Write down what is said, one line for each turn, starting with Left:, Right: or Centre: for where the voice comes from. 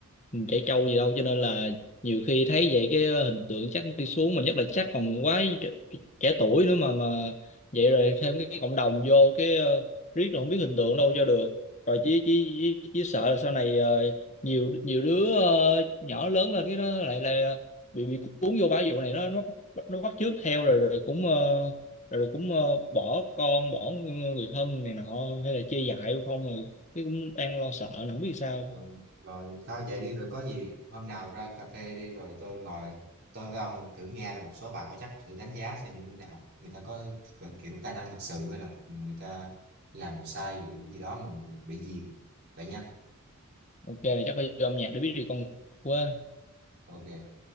Left: mình chảy trâu gì đâu cho nên là nhiều khi thấy vậy cái ờ, hình tượng chắc đi xuống mà nhất là chắc còn quá tr- trẻ tuổi nữa mà mà vậy rồi thêm cái cộng đồng vô cái ờ, riết rồi không biết hình tượng đâu cho được rồi chỉ chỉ chỉ, chỉ sợ là sau này ờ, nhiều nhiều đứa ờ, nhỏ lớn lên cái nó lại là bị bị cuốn vô bãi vụ này nó nó nó bắt chước theo rồi rồi cũng ờ, rồi cũng ờ, bỏ con bỏ người thân này nọ hay là chia dại không rồi cái cũng đang lo sợ nó không biết sao
Right: Ừ, rồi thôi vậy đi rồi có gì hôm nào ra cà phê đi rồi tôi ngồi tôi với ông thử nghe là một số bài có chắc thử đánh giá xem như thế nào người ta có kiểu, kiểu tài năng thực sự hay là người ta làm sai gì gì đó mà mình bị dìm vậy nha
Left: ok là chắc phải vô âm nhạc để biết được con quá
Right: ok